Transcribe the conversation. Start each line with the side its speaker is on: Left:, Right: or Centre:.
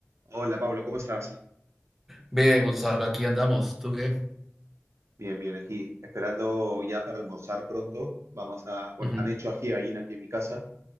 Right: Hola Pablo, ¿cómo estás?
Centre: Bien, Gonzalo, aquí andamos. ¿Tú qué?
Right: Bien, bien, aquí, esperando ya para almorzar pronto. Vamos a, bueno,
Centre: Ujú.
Right: han hecho ají de gallina aquí en mi casa